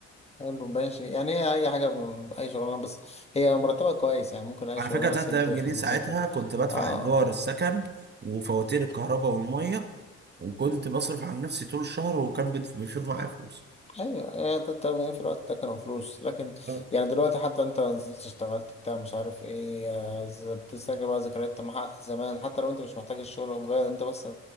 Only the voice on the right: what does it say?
على
فكرة 3000
جنيه
ساعتها
كنت بدفع
إيجار السكن وفواتير الكهرباء والمية وكنت بصرف على نفسي طول الشهر وكان بيت- بيفيض معايا فلوس
آه،